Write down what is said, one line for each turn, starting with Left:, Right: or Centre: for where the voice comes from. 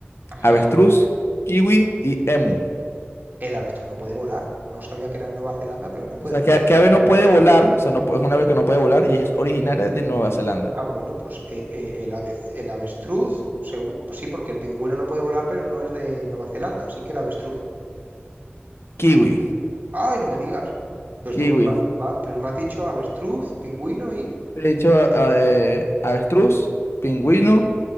Right: Ajá.
Left: avestruz, kiwi y emu.
Right: El avestruz no puede volar. No sabía que era de Nueva Zelanda, pero no puede
Left: O sea,
Right: volar.
Left: ¿qué, qué ave no puede volar? O sea, no, es una ave que no puede volar y es originaria de Nueva Zelanda.
Right: Ah, bueno, pues eh, eh, el ave- el avestruz, segu- sí, porque el pingüino no puede volar, pero no es de Nueva Zelanda, así que el avestruz.
Left: Kiwi.
Right: Ay, no me digas. Pero,
Left: Kiwi.
Right: tú, me- ma- va, pero me has dicho avestruz, pingüino y...
Left: De hecho, a- a- eh, avestruz, pingüino,